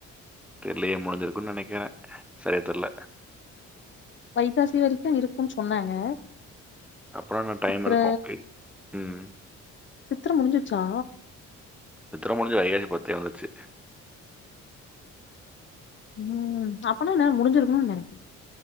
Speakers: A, in the centre; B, on the left (about 40°).
A: தெர்லையே முடிஞ்சிருக்குன்னு நெனைக்கறே சரியா தெர்ல
B: வைகாசி வரிக்கு இருக்குன் சொன்னாங்க
A: அப்புறோ என்ன டைம்
B: சித்திர
A: இருக்கு இர் ம்
B: சித்திர முடிஞ்சிருச்சா
A: சித்திர முடிஞ்சு வைகாசி பத்தே வந்துருச்சி
B: ம் அப்பல்லா என்ன முடிஞ்சிருக்குனுன் நெனைக்